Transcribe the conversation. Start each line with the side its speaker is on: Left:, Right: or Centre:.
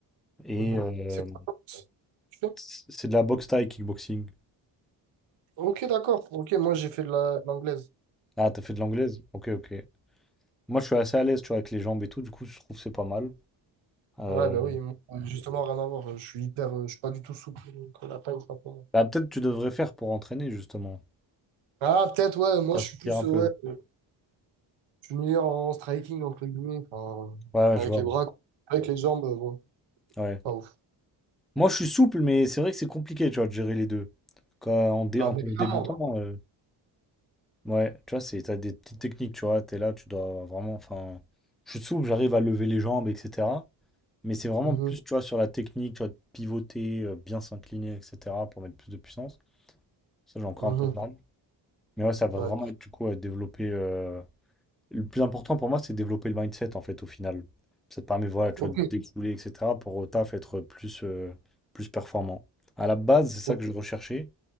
Centre: Et
Right: Mhm.
Centre: euh,
Right: C'est quoi? tu fais
Centre: c- c'est de la boxe taille, kickboxing.
Right: Ok, d'accord. Ok, moi j'ai fait de la- de l'anglaise.
Centre: Ah, t'as fait de l'anglaise? Ok, ok. Moi, je suis assez à l'aise, tu vois, avec les jambes et tout, du coup, je trouve que c'est pas mal. Euh,
Right: Ouais, bah oui, moi, justement, rien à voir. Je suis hyper, euh, je suis pas du tout souple, donc euh, la taille, c'est pas pour moi.
Centre: Bah, peut-être tu devrais faire pour entraîner, justement.
Right: Ah, peut-être, ouais, moi,
Centre: Ça
Right: je
Centre: soutient
Right: suis plus,
Centre: un
Right: euh,
Centre: peu.
Right: ouais, euh, je suis meilleur en striking, entre guillemets, enfin,
Centre: Ouais, ouais,
Right: avec
Centre: je vois.
Right: les
Centre: Ouais.
Right: bras, quoi. avec les jambes, euh, bon,
Centre: Ouais.
Right: pas ouf.
Centre: Moi, je suis souple, mais c'est vrai que c'est compliqué, tu vois, de gérer les deux. Quand, en, dé-
Right: Ah,
Centre: en
Right: ben,
Centre: tant
Right: clairement.
Centre: que débutant,
Right: ouais.
Centre: euh, ouais, tu vois, c'est, t'as des petites techniques, tu vois, t'es là, tu dois vraiment, enfin, je suis souple, j'arrive à lever les jambes, etc. Mais c'est vraiment
Right: Mhm,
Centre: plus, tu vois, sur la technique, tu vois, de pivoter, euh, bien s'incliner, etc., pour mettre plus de puissance. Ça, j'ai encore
Right: mhm,
Centre: un peu de mal. Mais ouais, ça va
Right: ouais.
Centre: vraiment être, du coup, à développer euh, Le plus important pour moi, c'est de développer le mindset, en fait, au final. Ça te permet, voilà, tu
Right: Ok.
Centre: vois, de découler, etc., pour au taf être plus, euh, plus performant. À la base, c'est ça
Right: ok,
Centre: que je recherchais,